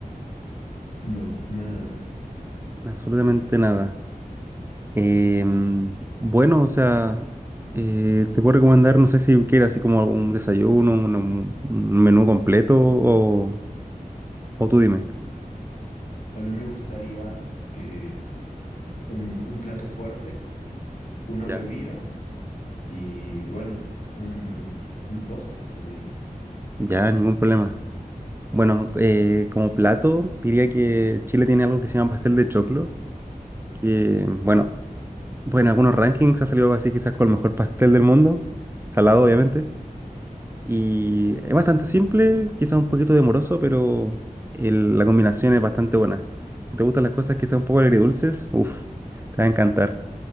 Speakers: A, on the left; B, on the right.
A: No, nada.
B: Absolutamente nada. Em, bueno, o sea, eh, te puedo recomendar, no sé si quieres así como un desayuno, un, un- un menú completo o, o tú dime.
A: A mí me gustaría eh, un, un plato fuerte, una
B: Ya.
A: bebida y bueno, un, un postre también.
B: Ya, ningún problema. Bueno, eh, como plato, diría que Chile tiene algo que se llama pastel de choclo, que, bueno, pues en algunos rankings ha salido así quizás con el mejor pastel del mundo, salado obviamente. Y es bastante simple, quizás un poquito demoroso, pero el- la combinación es bastante buena. Si te gustan las cosas quizás un poco agridulces, uff, te va a encantar.